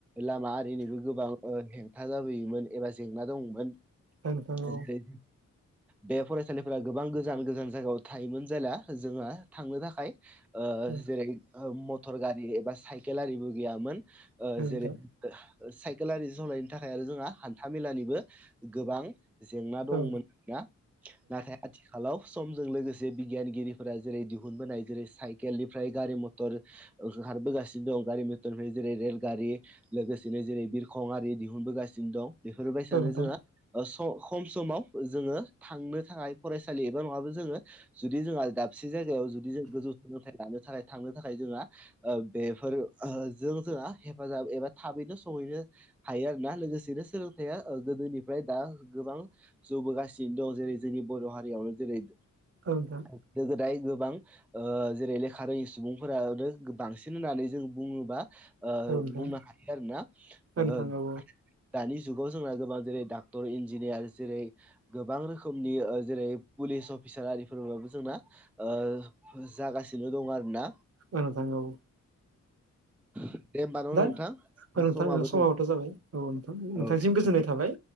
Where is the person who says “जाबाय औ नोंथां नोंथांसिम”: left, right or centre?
Right